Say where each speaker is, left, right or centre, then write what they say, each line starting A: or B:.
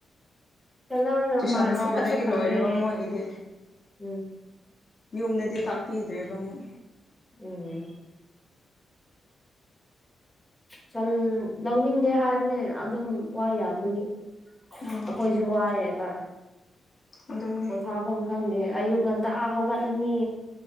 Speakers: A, in the centre; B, on the left.
A: ꯇꯨꯏꯁꯟ ꯂꯧꯔꯒ
B: ꯇꯨꯏꯁꯟ
A: ꯃꯥꯛ ꯑꯁꯤꯈꯛꯇ
B: ꯂꯧꯕꯗꯒꯤ
A: ꯐꯪꯉꯦ
B: ꯂꯣꯏꯔꯦꯕ ꯃꯣꯏꯒꯤꯗꯤ
A: ꯎꯝ
B: ꯌꯨꯝꯗꯗꯤ ꯇꯥꯛꯄꯤꯗ꯭ꯔꯦꯕ ꯑꯃꯨꯛ
A: ꯎꯝ ꯇꯟ ꯂꯧꯅꯤꯡꯗꯦ ꯍꯥꯏꯕꯅꯦ ꯑꯗꯨꯝ ꯋꯥ ꯌꯥꯝꯕꯒꯤ
B: ꯎꯝ
A: ꯑꯩꯈꯣꯏꯁꯨ ꯋꯥꯏꯑꯦꯕ
B: ꯑꯗꯨꯅꯤ
A: ꯄꯣꯊꯥꯐꯝ ꯈꯪꯗꯦ ꯑꯌꯨꯛ ꯉꯟꯇꯥ ꯍꯧꯒꯠꯂꯅꯤ